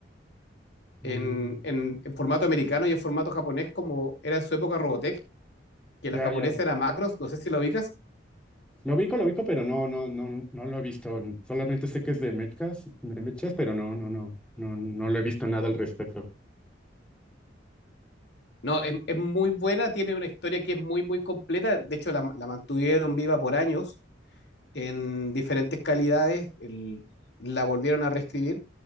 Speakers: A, on the left (about 65°); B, in the centre.
A: en,
B: Mm,
A: en, en, formato americano y en formato japonés, como era en su época Robotech, que
B: ya,
A: la japonesa
B: ya.
A: era Macros, no sé si la ubicas.
B: Lo ubico, lo ubico, pero no, no, no, no lo he visto. Solamente sé que es de mechas, de mechas, pero no, no, no, no, no lo he visto nada al respecto.
A: No, es, es muy buena, tiene una historia que es muy, muy completa. De hecho, la, la mantuvieron viva por años en diferentes calidades, el, la volvieron a reescribir.